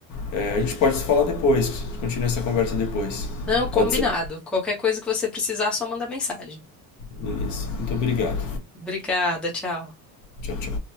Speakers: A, on the left (about 45°); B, in the centre.
A: É, a gente pode se falar depois. Continua essa conversa depois.
B: Não, combinado.
A: Pode ser?
B: Qualquer coisa que você precisar, só manda mensagem.
A: Beleza. Muito obrigado.
B: Obrigada, tchau.
A: Tchau, tchau.